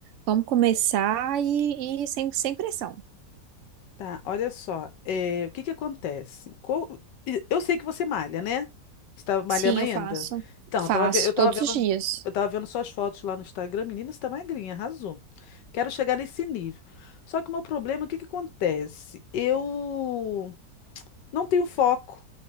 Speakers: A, on the right; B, on the left.
A: Vamos começar e, e sem, sem pressão.
B: tá, olha só, é, o que que acontece? Co- e- Eu sei que você malha, né? Você tá malhando
A: Sim,
B: ainda.
A: eu faço.
B: Então, eu
A: Faço
B: tava, ve- eu tava
A: todos
B: vendo,
A: os dias.
B: eu tava vendo suas fotos lá no Instagram. Menina, você tá magrinha, arrasou. Quero chegar nesse nível. Só que o meu problema, o que que acontece? Eu Não tenho foco,